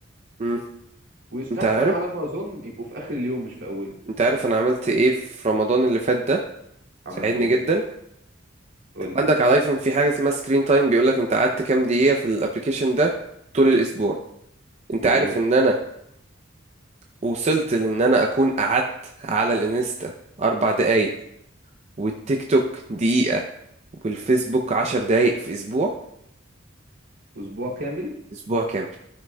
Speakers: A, on the right (about 35°); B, on the right (about 75°).
A: امم
B: ويستحسن
A: انت عارف
B: على ما اظن يبقوا في اخر اليوم مش في اوله
A: انت عارف انا عملت ايه في رمضان اللي فات ده
B: عملت
A: ساعدني
B: ايه
A: جدا
B: قولي
A: انت عندك على الايفون في حاجه اسمها سكرين تايم بيقول لك انت قعدت كام دقيقه في الابليكيشن ده طول الاسبوع انت
B: دي
A: عارف
B: حقيقة
A: ان انا وصلت لان انا اكون قعدت على الانستا اربع دقايق والتيك توك دقيقه والفيسبوك عشر دقايق في اسبوع
B: أسبوع كامل
A: اسبوع كامل